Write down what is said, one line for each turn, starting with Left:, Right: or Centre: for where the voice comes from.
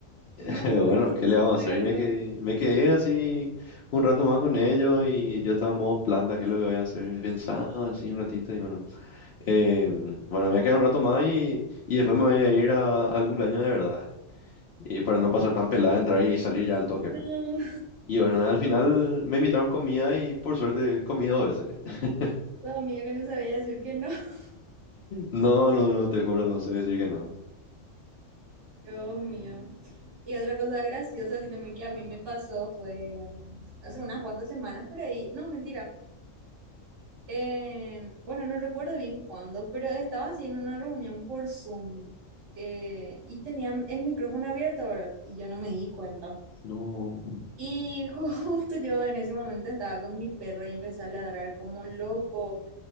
Left: <laughs>
Right: No,
Left: bueno,
Right: ya dejaste
Left: ¿qué le vamos
Right: tu
Left: a hacer?
Right: regalo.
Left: Y me quedé, me quedé así un rato más con ellos y yo estaba en modo planta, ¿qué es lo que voy a hacer? Pensaba así un ratito y bueno. Eh, bueno, me voy a quedar un rato más y, y después me voy a ir a- al cumpleaños de verdad. Y para no pasar tan pelada, entrar y salir ya al toque,
Right: No.
Left: ¿verdad? Y bueno, al final me invitaron comida y por suerte comí dos veces. <laughs>
Right: Tu amigo que no sabía decir que no. <laughs>
Left: No, no, no, te juro, no sé decir que no.
Right: Dios mío. Y otra cosa graciosa, así también que a mí me pasó fue mm, hace unas cuantas semanas por ahí. No, mentira. En- bueno, no recuerdo bien cuándo, pero estaba así en una reunión por Zoom eh, y tenía el micrófono abierto, ¿verdad? Y yo no me di cuenta.
Left: No.
Right: Y <laughs> justo yo en ese momento estaba con mi perro y empecé a ladrar como loco.